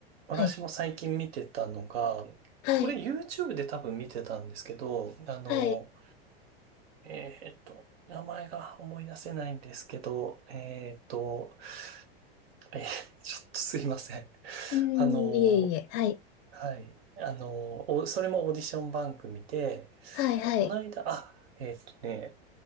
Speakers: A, on the right; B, on the left.
A: 私も最近見てたのが、
B: はい。はい。
A: これ YouTube で多分見てたんですけど、あの、
B: はい。
A: えーっと、名前が思い出せないんですけど、えーっと、<laughs> えーちょっとすいません。
B: うん、
A: あの、
B: いえいえ。はい。
A: はい。あの、おそれもオーディション番組で、
B: はい、はい。
A: この間、あ、えーっとね、